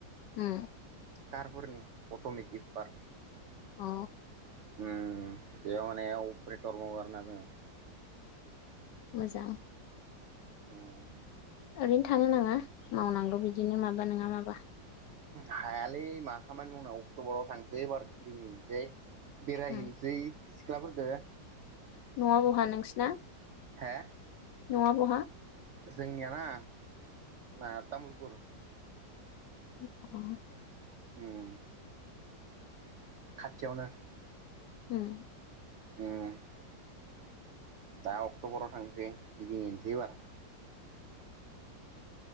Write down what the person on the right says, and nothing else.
कारफोरनि अट'मेटिक पार्ट
उम बेयाव माने अपारेटर मावो आरोना जोङो
उम
हायालै मा खामानि मावनाव अक्ट'बराव थांसै एबार गिदिंहैनोसै बेरायहैनोसै
सिख्लाफोरदो
हा
जोंनियाना ना जोंना तामुलपुर
उम खाथियावनो
उम दा अक्ट'बराव थांसै गिदिंहैनोसै एबार